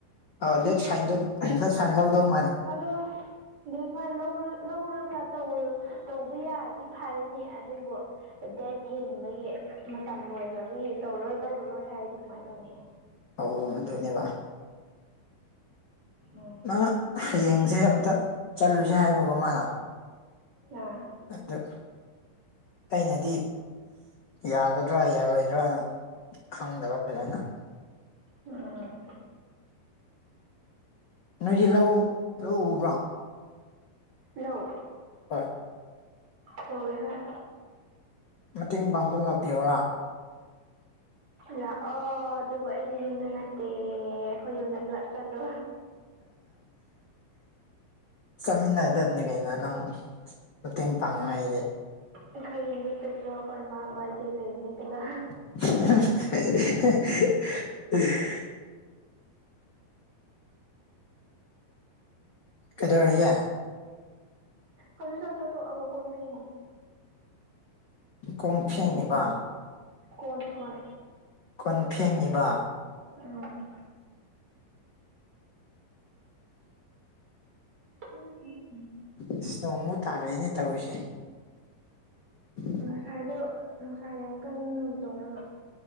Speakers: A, on the left; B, on the right.
A: <unintelligible> ꯐꯥꯏꯟ ꯐꯥꯏꯟ ꯂꯧꯗꯧ <unintelligible>
B: ꯑꯗꯨ ꯑꯗꯨ ꯐꯥꯢꯟ ꯂꯧꯔꯒ ꯂꯧꯔꯒ ꯇꯧꯕ ꯌꯥꯔꯗꯤ ꯐꯔꯦꯅꯦ ꯑꯗꯨꯕꯨ ꯗꯦꯠ ꯍꯦꯟꯕꯒꯤ ꯃꯇꯝ ꯂꯣꯏꯈ꯭ꯔꯕꯒꯤ ꯇꯧꯔꯣꯏ ꯂꯧꯔꯔꯣꯏ ꯍꯥꯏꯔꯗꯤ ꯀꯃꯥꯏꯅ ꯇꯧꯅꯤ
A: ꯑꯎ ꯍꯟꯗꯛꯅꯦꯕꯥ
B: ꯎꯝ
A: ꯃꯥꯅ ꯍꯌꯦꯡꯁꯦ ꯑꯝꯇ ꯆꯠꯂꯨꯁꯦ ꯍꯥꯏꯕꯀꯣ ꯃꯥꯅ
B: ꯑꯥ
A: ꯑꯗ ꯑꯩꯅꯗꯤ ꯌꯥꯒꯗ꯭ꯔꯥ ꯌꯥꯔꯣꯏꯗ꯭ꯔꯥꯅ ꯈꯪꯗ꯭ꯕꯥ ꯐꯖꯅ
B: ꯎꯝ
A: ꯅꯣꯏꯗꯤ ꯂꯧ ꯂꯧꯎꯕ꯭ꯔꯣ
B: ꯂꯧ
A: ꯍ
B: ꯇ ꯑꯣꯏ ꯍꯣꯏ
A: ꯃꯇꯦꯡ ꯄꯥꯡꯕ ꯂꯥꯛꯄꯤꯌꯔꯥ
B: ꯂꯥꯛꯑꯣ ꯑꯗꯨꯕꯨ ꯑꯩꯗꯤ ꯌꯨꯝꯗ ꯅꯠꯇꯦ ꯑꯩꯈꯣꯏ ꯌꯨꯝꯗ ꯀ꯭ꯂꯥꯁ ꯆꯠꯂꯨ
A: ꯆꯠꯃꯤꯟꯅꯗꯕꯅꯤ ꯀꯩꯅ ꯅꯪ ꯃꯇꯦꯡ ꯄꯥꯡꯉꯦ ꯍꯥꯏꯁꯦ
B: ꯑꯩ ꯈꯣꯏ ꯌꯨꯝꯗ ꯆꯠꯂꯣ ꯑꯩꯈꯣꯏ ꯏꯃꯥꯕ ꯏꯆꯦ ꯂꯩꯕꯅꯦ ꯆꯠꯂꯣ
A: <inaudible> ꯀꯩꯗꯧꯔꯌꯥ
B: ꯍꯧꯖꯤꯛ ꯆꯥꯛ ꯆ ꯇꯣꯛꯑꯒ ꯀꯣꯟ ꯐꯦꯡꯉꯦ
A: ꯀꯣꯡ ꯐꯦꯡꯉꯤꯕ
B: ꯀꯣꯟ ꯀꯣꯟ
A: ꯀꯣꯟ ꯐꯦꯡꯉꯤꯕ
B: ꯎꯝ ꯎꯝ ꯎꯝ ꯎꯝ
A: ꯑꯁ ꯅꯣꯡꯃꯨ ꯇꯥꯔꯛꯏꯅꯦ ꯇꯧꯔꯤꯁꯦ <inaudible>
B: ꯉꯁꯥꯏꯗꯣ ꯅꯨꯡꯁꯥ ꯌꯥꯝ ꯀꯟꯅ ꯇꯧꯔꯒ